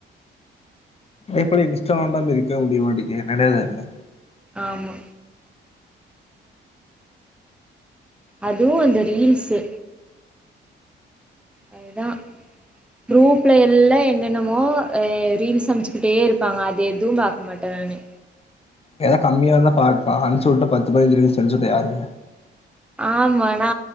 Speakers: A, on the left (about 30°); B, in the centre.
A: இப்டி இன்ஸ்டாநோண்டாம இருக்க முடியமாட்டிங் என்னன்னே தெர்ல
B: ஆமா அதுவு அந்த ரீல்ஸு அதுதா குரூப்ல எல்லா என்னென்னமோ ரீல் சமைச்சுக்கிட்டே இருப்பாங்க அது எதுவு பார்க்க மாட்டே நானு
A: ஏதாவ கம்மியா இருந்த பா அனுச்சி விட்டு பத்து மணினுசெஞ்ச்சிட்டு யாரு
B: ஆமா நா